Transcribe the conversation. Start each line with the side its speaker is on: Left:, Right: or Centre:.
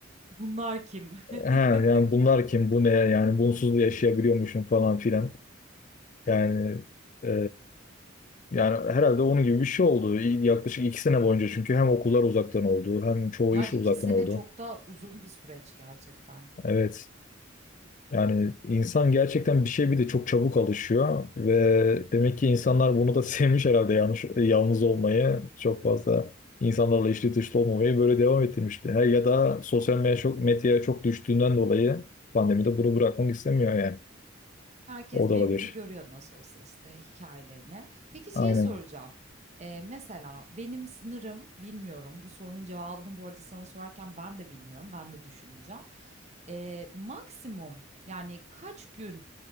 Right: Bunlar kim? <laughs>
Left: He, yani bunlar kim bu ne yani bunsuz da yaşayabiliyormuşum falan filan. Yani e, yani herhalde onun gibi bir şey oldu. Yaklaşık iki sene boyunca çünkü hem okullar uzaktan oldu hem çoğu
Right: Ya,
Left: iş
Right: iki
Left: uzaktan
Right: sene
Left: oldu.
Right: çok da uzun bir süreç gerçekten.
Left: Evet. Yani insan gerçekten bir şey bir de çok çabuk alışıyor ve demek ki insanlar bunu da <laughs> sevmiş herhalde yanlış, yalnız olmayı çok fazla insanlarla içli dışlı olmamayı böyle devam ettirmişti. Her ya da sosyal medyaya çok, medyaya çok düştüğünden dolayı pandemide bunu bırakmak istemiyor yani.
Right: Herkes
Left: O da
Right: birbirini
Left: olabilir.
Right: görüyor nasıl olsa işte hikayelerini. Peki
Left: Aynen.
Right: şey soracağım. Ee, mesela benim sınırım bilmiyorum. Bu sorunun cevabını bu arada sana sorarken ben de bilmiyorum. Ben de düşüneceğim. Ee, maksimum yani kaç gün